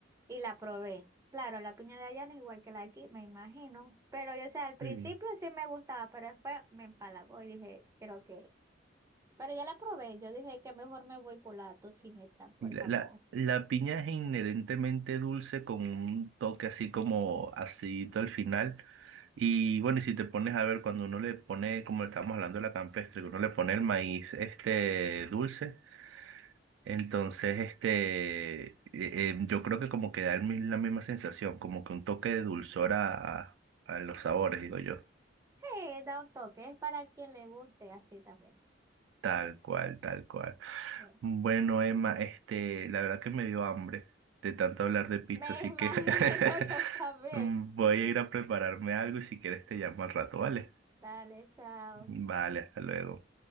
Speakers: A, on the right (about 15°); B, on the right (about 85°).
A: y la probé. Claro, la piña de allá no es igual que la de aquí, me imagino. Pero yo, o sea, al principio
B: Sí.
A: sí me gustaba, pero después me empalagó y dije, creo que... Pero ya la probé, yo dije que mejor me voy por la tocineta, por
B: La,
A: jamón.
B: la, la piña es inherentemente dulce con un toque así como acidito al final. Y bueno, y si te pones a ver, cuando uno le pone, como estábamos hablando de la campestre, que uno le pone el maíz este dulce, entonces este eh, eh, yo creo que como que da el mi- la misma sensación, como que un toque de dulzor a, a los sabores, digo yo.
A: Sí, da un toque, es para quien le guste así también.
B: Tal cual, tal cual.
A: Sí.
B: Bueno, Emma, este, la verdad que me dio hambre de tanto hablar de pizza,
A: Me
B: así
A: imagino
B: que <laughs>
A: <laughs> yo también.
B: voy a ir a prepararme algo y si quieres te llamo al rato, ¿vale?
A: Dale, chao.
B: Vale, hasta luego.